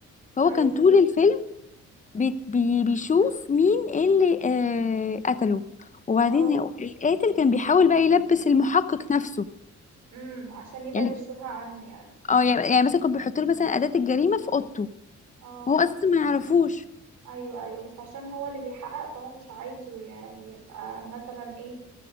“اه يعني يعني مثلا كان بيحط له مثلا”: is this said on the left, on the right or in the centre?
Left